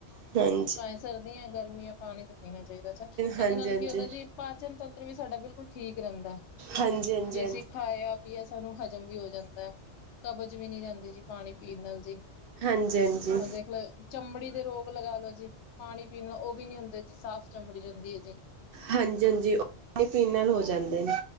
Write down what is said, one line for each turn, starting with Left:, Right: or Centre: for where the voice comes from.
Right: ਹਾਂਜੀ
Left: ਭਾਵੇ ਸਰਦੀਆਂ- ਗਰਮੀਆਂ ਪਾਣੀ ਤਾਂ ਪੀਣਾ ਚਾਈਦਾ।
Right: ਹਾਂਜੀ-ਹਾਂਜੀ।
Left: ਏਦੇ ਨਾਲ ਕੀ ਹੁੰਦਾ ਜੀ ਪਾਚਨ ਤੰਤਰ ਵੀ ਸਾਡਾ ਬਿਲਕੁਲ ਠੀਕ ਰੈਂਦਾ। ਹਨਾ,
Right: ਹਾਂਜੀ ਹਾਂਜੀ ਹਾਂਜੀ
Left: ਜੇ ਅਸੀਂ ਖਾਇਆ ਪੀਆ ਸਾਨੂੰ ਹਜ਼ਮ ਵੀ ਹੋ ਜਾਂਦਾ, ਕਬਜ਼ ਵੀ ਨੀ ਰੈਂਦੀ ਜੀ ਪਾਣੀ ਪੀਨ ਨਾਲ ਜੀ।
Right: ਹਾਂਜੀ-ਹਾਂਜੀ।
Left: ਵਈ ਚਮੜੀ ਦੇ ਰੋਗ ਲਗਾ ਲੋ ਜੀ। ਪਾਣੀ ਪੀਣ ਨਾਲ ਓ ਵੀ ਨੀ ਹੁੰਦੇ ਜੀ ਸਾਫ਼ ਚਮੜੀ ਰੈਂਦੀ ਏ ਜੀ।
Right: ਹਾਂਜੀ-ਹਾਂਜੀ ਓ ਪਾਣੀ ਪੀਣ ਨਾਲ ਹੋ ਜਾਂਦੇ ਨੇ।